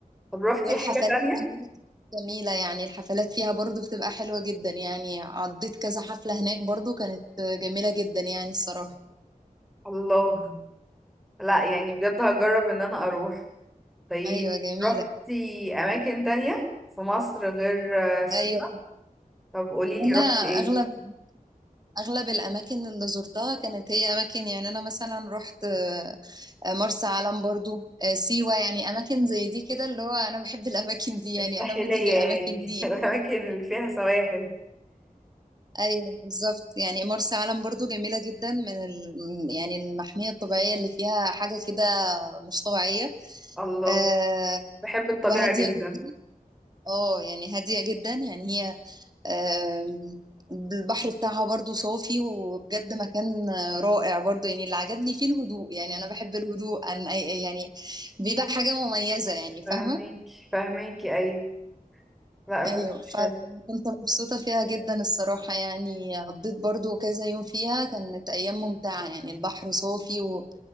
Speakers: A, in the centre; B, on the right.
A: طب روحتي
B: والحفلات
A: حاجة تانية؟
B: كمان جميلة يعني الحفلات فيها برضو بتبقى حلوة جدا يعني عديت كذا حفلة هناك برضو كانت جميلة جدا يعني الصراحة
A: الله لا يعني بجد هجرب ان انا اروح طيب
B: أيوة جميلة
A: رحتي اماكن تانية في مصر غير آه، سيوة
B: أيوة
A: طب قوليلي
B: أنا
A: رحتي ايه
B: أغلب أغلب الأماكن اللي زرتها كانت هي أماكن يعني أنا مثلا رحت آه، مرسى علم برضو آه، سيوة يعني أماكن زي دي كده اللي هو أنا بحب الأماكن دي يعني
A: الساحلية
B: أنا مودي للأماكن
A: يعني
B: دي
A: <laughs>
B: يعني
A: الاماكن اللي فيها سواحل
B: أيوة بالظبط يعني مرسى علم برضو جميلة جدا من ال... من- يعني المحمية الطبيعية اللي فيها حاجة كده مش طبيعية
A: الله
B: آه
A: بحب الطبيعة
B: وهادية
A: جدا
B: جدا اه يعني هادية جدا يعني هي آم، البحر بتاعها برضو صافي وبجد مكان رائع برضو يعني اللي عجبني فيه الهدوء يعني أنا بحب الهدوء أن يعني بيبقى حاجة مميزة يعني
A: فاهميكي
B: فاهمة
A: فاهميكي ايوه لا بجد
B: أيوة فكنت
A: حلو
B: مبسوطة فيها جدا الصراحة يعني قضيت برضو كذا يوم فيها كانت أيام ممتعة يعني البحر صافي و...